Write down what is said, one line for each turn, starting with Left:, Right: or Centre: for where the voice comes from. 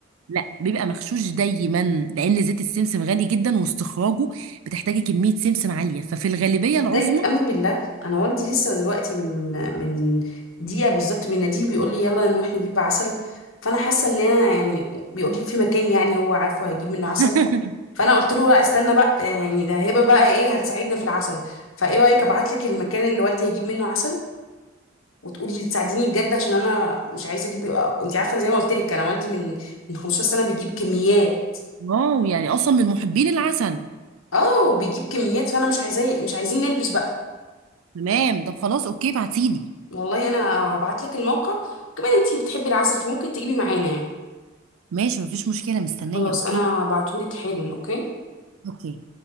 Right: لا بيبقى مغشوش دايما لان زيت السمسم غالي جدا واستخراجه بتحتاجي كميه سمسم عاليه ففي الغالبيه
Left: صدقني
Right: العظمى
Left: وتأمني بالله انا والدي لسه دلوقتي من من دقيقه بالظبط بيناديه بيقول لي يلا نروح نجيب عسل فانا حاسه ان انا يعني بيقول لي في مكان يعني هو عارفه هجيب منه عسل
Right: <laughs>
Left: فانا قلت له لا استنى بقى يعني ده هبه بقى ايه هتساعدنا في العسل فايه رايك ابعت لك المكان اللي والدي هيجيب منه عسل وتقولي لي تساعديني بجد عشان انا مش عايزه اجيب انت عارفه زي ما قلت لك انا والدي من من 15 سنه بيجيب كميات
Right: واو يعني اصلا من محبين العسل
Left: اه بيجيب كميات فانا مش عايزاه مش عايزين نلبس بقى
Right: تمام طب خلاص اوكي بعتيلي
Left: والله انا هبعت لك الموقع وكمان انتي بتحبي العسل فممكن تجيبي معانا يعني
Right: ماشي مفيش مشكله مستنيه
Left: خلاص
Right: اوكي
Left: انا هبعتهولك حالا اوكي
Right: اوكي